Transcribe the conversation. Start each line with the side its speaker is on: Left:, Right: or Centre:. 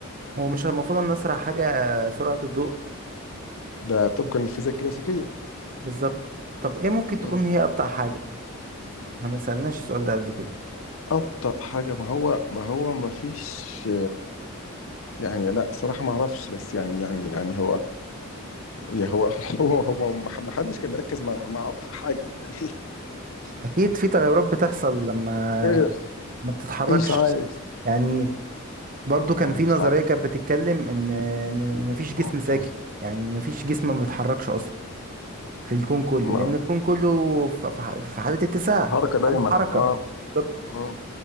Right: هو مش المفروض ان اسرع حاجة سرعة الضوء
Left: ده طبقا للفيزياء الكلاسيكيه
Right: بالظبط طب ايه ممكن تكون
Left: مم.
Right: هي ابطأ حاجة احنا ما سألناش السؤال ده قبل كده
Left: أبطأ حاجة ما هو ما هو ما فيش يعني لا صراحة ما أعرفش بس يعني يعني يعني هو يا هو <laughs> هو هو ما ما حدش كان مركز مع مع أبطأ حاجة يعني
Right: اكيد في تغيرات بتحصل لما
Left: <laughs> إيه
Right: ما بتتحركش
Left: إيش عايز
Right: يعني برضو
Left: <laughs>
Right: كان في نظرية
Left: مش عارف
Right: كانت بتتكلم ان ان إن مفيش جسم
Left: آه،
Right: ساكن
Left: آه.
Right: يعني ان مفيش جسم ما بيتحركش اصلا في الكون كله
Left: ما-
Right: لان الكون كله في في ح- في حالة اتساع
Left: حركة
Right: في حالة
Left: دايمة
Right: حركة
Left: أه
Right: بالظبط
Left: مم.